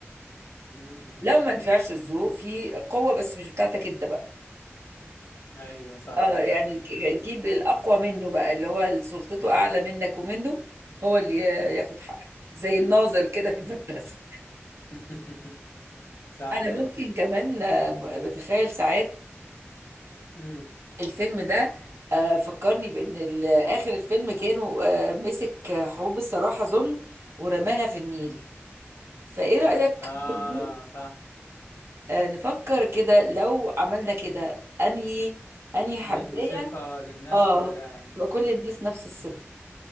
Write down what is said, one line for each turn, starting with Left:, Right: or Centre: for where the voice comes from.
Left: امم
Right: لو ما نفعش الذوق في قوة بس مش بتاعتك انت بقى
Left: ايوه صح
Right: اه يعني ك- جيب الأقوى منه بقى اللي هو سلطته أعلى منك ومنه هو اللي ياخد حقك زي الناظر كده في المدرسة
Left: <laughs> صح
Right: أنا
Left: برضه
Right: ممكن كمان آه، بتخيل ساعات
Left: امم
Right: الفيلم ده آه، فكرني بأن ال- آخر الفيلم كانوا آه، مسك حبوب الصراحة ظن ورماها في النيل فإيه رأيك
Left: اه
Right: برضو
Left: صح
Right: آه، نفكر كده لو عملنا كده أنهي أنهي حباية
Left: ندي صفة للناس
Right: اه
Left: كلها يعني
Right: تبقى كل
Left: اه
Right: الناس نفس الصفر